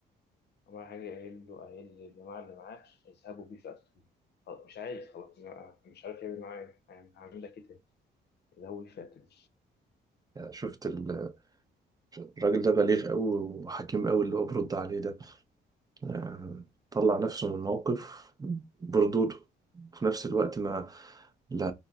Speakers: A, on the left; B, on the right.
A: عمر الحجاج قايل له قايل للجماعه اللي معاه اذهبوا بيه فاقتلوه خلاص، مش عايز خلاص مش عارف يعمل معاه إيه. يعني هعمل لك ايه تاني ده هو فاتن
B: يعني شفت ال- الراجل ده بليغ قوي وحكيم قوي اللي هو برد عليه ده آه، طلع نفسه من الموقف بردوده في نفس الوقت ما لا